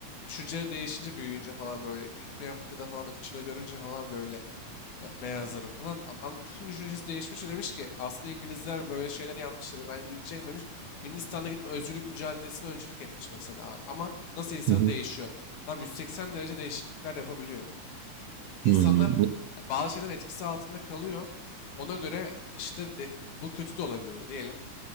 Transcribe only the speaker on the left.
düşünceleri değişince büyüyünce falan böyle Güney Afrika'da falan ırkçılığı görünce falan böyle e, beyazların falan. Adam tüm düşüncesi değişmiş ve demiş ki aslında İngilizler böyle şeyler yanlış yapıyor. Ben gideceğim demiş. Hindistan'da gidip özgürlük mücadelesine öncülük etmiş mesela abi. Ama nasıl insan
değişiyor? Tam 180 derece değişiklikler yapabiliyor. İnsanlar
ya, bazı şeylerin etkisi altında kalıyor. Ona göre işte de- bu kötü de olabilir diyelim.